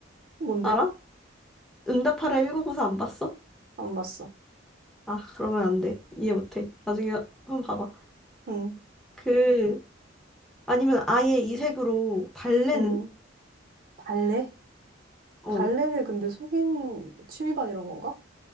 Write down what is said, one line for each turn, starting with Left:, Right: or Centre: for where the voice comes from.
Right: 뭔데?
Centre: 알아? 응답하라 1구9 4 안 봤어?
Right: 안 봤어.
Centre: 아, 그러면 안 돼. 이해 못 해. 나중에 한번 봐봐.
Right: 응,
Centre: 그, 아니면 아예 이색으로 발레는?
Right: 응. 발레?
Centre: 어,
Right: 발레를 근데 속인 취미반 이런 건가?